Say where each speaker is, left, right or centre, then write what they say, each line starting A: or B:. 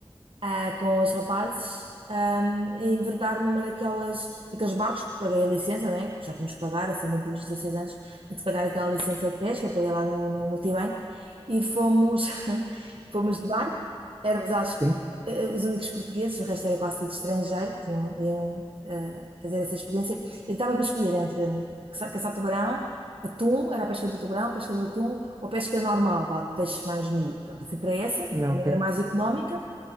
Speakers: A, on the right; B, on the right.
A: ah, com os rapazes, ahm, a enverdar numa daquelas, daqueles barcos que paguei a licença, né? que já tínhamos que pagar acima dos 16 anos, tinha que pagar aquela licença de pesca, paguei lá no, no multibanco, e fomos, <laughs> fomos de barco, éramos acho, que,
B: sim,
A: eh, os únicos portugueses, o resto era quase tudo estrangeiro, que tinham, iam eh, fazer essa experiência, e estava para escolher entre caça- caçar tubarão, Atum, era a pesca do tubarão, pesca do atum ou pesca normal, vá, de peixe mais miúdo. Pronto, eu fui para essa,
B: não,
A: também
B: ok.
A: era mais económica,